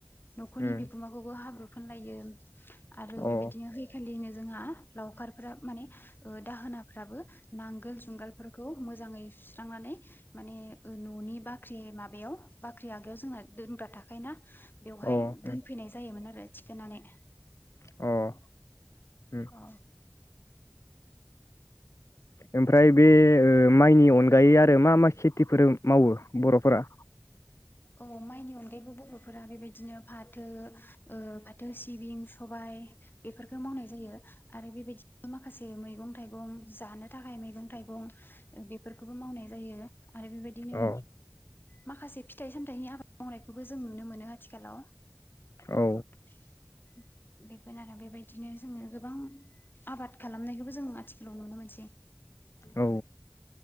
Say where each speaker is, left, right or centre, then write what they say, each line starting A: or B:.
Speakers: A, on the left (about 45°); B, on the left (about 80°).
A: न'खरनि
B: उम
A: बिगोमाखौबो हाब्रु फोनलायो आरो
B: अ
A: बेबायदिनो
B: औ
A: हैखालिनो जोंहा लावखार माने दाहोनाफ्राबो नांगोल जुंगालफोरखौ <unintelligible> मोजाङै सुस्रांनानै माने न'नि बाख्रि माबायाव बाख्रि आगायाव जोंना दोनग्रा थाखायो ना बेवहाय
B: अ उम
A: दोनफैनाय जायोमोन आरो थिखोनानै।
B: अह। उम।
A: औ
B: ओमफ्राय बे माइनि अनगायै आरो मा मा खेथिफोर मावो बर'फोरा?
A: औ माइनि अनगायैबो बर'फोरा बेबायदिनो फाथो ओ फाथो, सिबिं, सबाय बेफोरफोरखौ मावनाय जायो आरो बेबायदिनो माखासे मैगं थाइगं जानो थाखाय मैगं थाइगं बेफोरखौबो मावनाय जायो। आरो बेबायदिनो
B: औ
A: माखासे फिथाइ सामथाइनि आबाद मावनायखौबो जों नुनो मोनो आथिखालाव।
B: औ
A: <unintelligible> <unintelligible> बेबायदिनो जोङो गोबां आबाद खालामनायखौबो जों आथिखालाव नुनो मोनसै।
B: औ